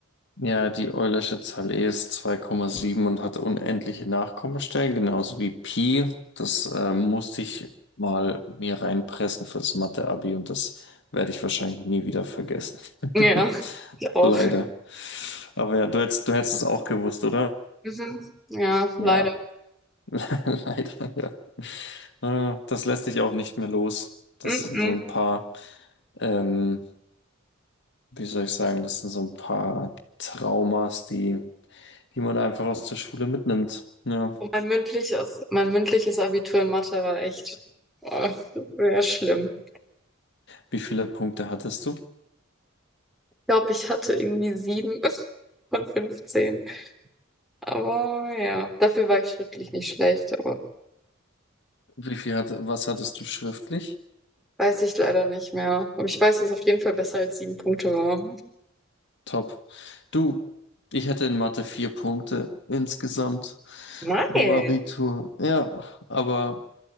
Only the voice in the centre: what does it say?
Ja,
ich auch.
Mhm. Ja,
leider.
Mhm.
Mein mündliches, mein mündliches Abitur in Mathe war echt oh, sehr schlimm.
Ich glaube, ich hatte irgendwie sieben von 15. Aber ja, dafür war ich schriftlich nicht schlecht, aber
weiß ich leider nicht mehr. Aber ich weiß, dass es auf jeden Fall besser als sieben Punkte war.
Nice.